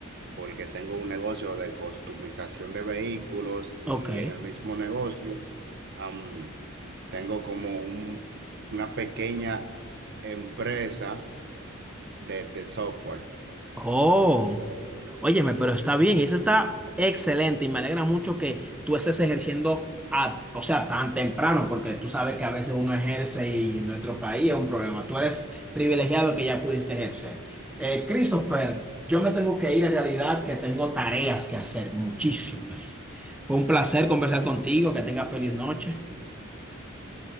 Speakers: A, on the right (about 50°); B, in the centre.
A: porque tengo un negocio de customización de vehículos y
B: Ok.
A: en el mismo negocio am, tengo como un- una pequeña empresa de, de software.
B: Oh. Óyeme, pero está bien, y eso está excelente y me alegra mucho que tú estés ejerciendo, a, o sea, tan temprano, porque tú sabes que a veces uno ejerce y en nuestro país es un problema. Tú eres privilegiado que ya pudiste ejercer. Eh, Christopher, yo me tengo que ir en realidad, que tengo tareas que hacer, muchísimas. Fue un placer conversar contigo, que tengas feliz noche.